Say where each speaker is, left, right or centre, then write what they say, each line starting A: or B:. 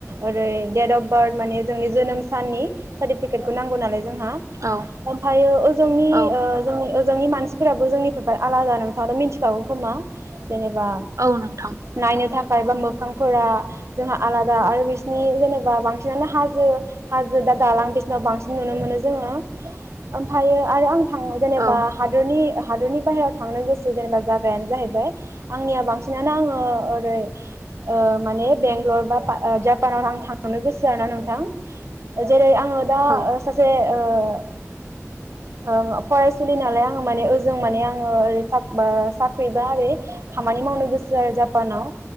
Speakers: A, on the right; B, on the right.
A: ओरै डेट अफ बार्थ माने जोंनि जोनोम साननि सार्टिफिकेटखौ नांगौ नालाय जोंहा
B: औ
A: ओमफ्रायो ओजोंनि
B: औ
A: ओ जोंनि ओजोंनि मानसि फोरफोराबो जोंनिफ्राय आलादा नोंथाङ' मिथिखागौ खोमा? जेनेबा
B: औ नोंथां
A: नायनो थाखा थाखायबा मोखांफोरा जोंहा आलादा आरो बिसिनि जेनेबा बांसिनानो हाजो हाजो दा दालां बिसिनाव बांसिन नुनो मोनो जोङो ओमफ्रायायो आरो आं थाङो जेनेबा
B: औ
A: हादरनि हादोरनि बाहेरायाव थांनो गोसो जेनेबा जागायानो जाहैबाय आंनिया बांसिनानो आङो ओरै ओ माने बेंगलर बा जापानाव आं थांनो गोसो आरोना नोंथां जेरै आं ङोदा
B: औ
A: सासे ओ-ओ फरायसुलि नालाय आं माने ओज जों माने आङो ओरै साक बा साख्रिबा ओरै खामानि मावनो गोसो आरो जापानाव